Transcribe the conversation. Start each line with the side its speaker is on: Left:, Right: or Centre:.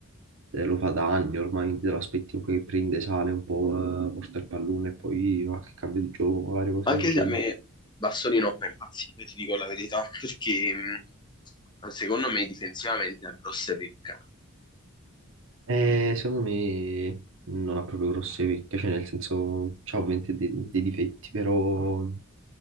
Right: eh, lo fa da anni ormai, quindi te lo aspetti comunque che prende, sale un po', eh, porta il pallone e poi va che cambio di gioco, magari cose
Left: Anche
Right: del genere.
Left: se a me Bassoni non fa impazzire, ti dico la verità, perché mh, secondo me difensivamente ha grosse pecche.
Right: Eh, secondo me non ha proprio grosse pecche, cioè nel senso, c'ha ovviamente dei, dei difetti, però